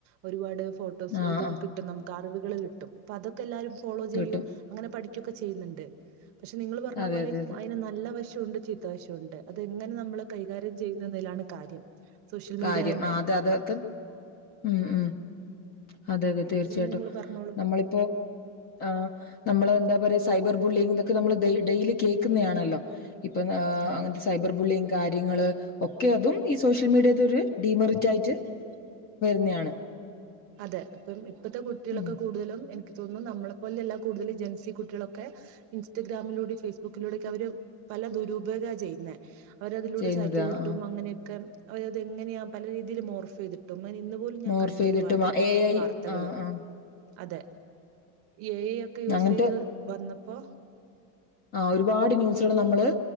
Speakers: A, on the right; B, on the left.
A: ഒരുപാട് ഫോട്ടോസ്
B: ആ
A: ഇതൊക്കെ
B: ആ
A: കിട്ടും നമുക്ക് അറിവുകള് കിട്ടും പ്പ അതൊക്കെ എല്ലാരും ഫോളോ
B: കിട്ടും
A: ചെയ്യും അങ്ങനെ പഠിക്കൊക്കെ ചെയ്യുന്ന്ണ്ട് പക്ഷെ നിങ്ങള് പർഞ്ഞ
B: അതെ
A: പോലെ
B: അതെ അതെ
A: അയിന് നല്ല വശണ്ട് ചീ ത്ത വശണ്ട് അതെങ്ങനെ നമ്മള് കൈകാര്യം ചെയ്യുന്നതിലാണ് കാര്യം സോഷ്യൽ
B: കാര്യം
A: മീഡിയ ന്നെ
B: ആ അത് അതൊക്കെ ഉം ഉം അതെ അതെ തീർച്ചയായിട്ടും
A: പിന്നെ നിങ്ങൾ പറഞ്ഞോളൂ
B: നമ്മളിപ്പോ ആ നമ്മള് എന്താ പറയാ സൈബർ ബുള്ളിങ് ഇതൊക്കെ നമ്മള് ഡെയിലി കേക്കുന്നെയാ ണല്ലോ ഇപ്പം ആ
A: ആഹ്
B: അങ്ങൻത്തെ സൈബർ ബുള്ളിങ് കാര്യങ്ങള് ഒക്കെ അതും ഈ സോഷ്യൽ മീഡിയ ഇതരു ഡീമറിറ്റ് ആയിട്ട് വരുന്നെയാണ്
A: അതെ അപ്പം ഇപ്പത്തെ കുട്ടിയളൊക്കെ
B: ഉം
A: കൂടുതലും ക് തോന്നുന്നു നമ്മളെ പോലെല്ല കൂടുതൽ ജെൻസി കുട്ടിയളൊക്കെ ഇൻസ്റ്റഗ്രാമിലൂടിം ഫേസ്ബുക്കിലൂടെക്കെ അവര് പല ദുരുപയോഗ ചെയ്യന്ന അവരതിലൂടെ
B: ചെയ്യുന്നത്
A: ചാറ്റ് ചെയ്തിട്ടും
B: ആഹ് ആഹ്
A: അങ്ങനെയൊക്കെ അവരത് എങ്ങനെയാ പല രീതില് മോർഫ് ചെയ്തിട്ടും അയിന് ഇന്നും പോൽ ഞാൻ
B: മോർഫ്
A: കണ്ടൊരു
B: ചെയ്തിട്ടും
A: പാട്
B: എ ഐ
A: വർത്തകള്
B: ആഹ് ആഹ്
A: അതെ എ ഐ യൊക്കെ യൂസയ്ത്
B: അങ്ങനത്തെ
A: വന്നപ്പോ
B: ആ ഒരുപാട് ന്യൂസുകള് നമ്മള്